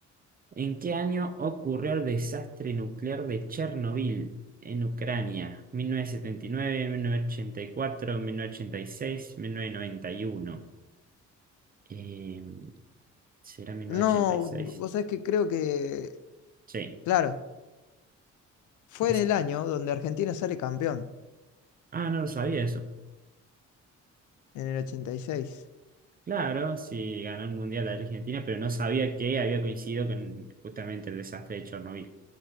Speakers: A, on the right; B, on the left.
A: ¿En qué año ocurrió el desastre nuclear de Chernobyl en Ucrania? ¿1979, 1984, 1986, 1991? Eh, ¿será 1986?
B: No, vos sabés que creo que,
A: Sí,
B: claro, fue
A: esa.
B: en el año donde Argentina sale campeón,
A: Ah, no lo sabía eso.
B: en el 86.
A: Claro, sí, ganó el Mundial la Argentina, pero no sabía que había coincidido con justamente el desastre de Chernobyl.